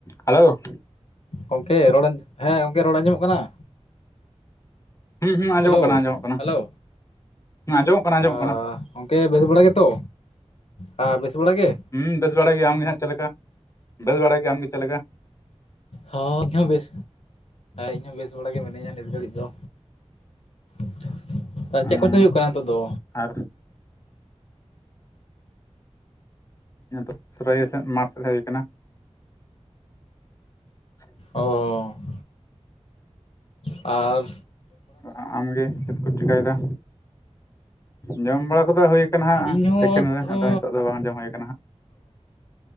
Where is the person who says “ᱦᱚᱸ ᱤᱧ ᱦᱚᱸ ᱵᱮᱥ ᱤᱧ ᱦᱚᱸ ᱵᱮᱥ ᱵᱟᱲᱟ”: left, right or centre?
Left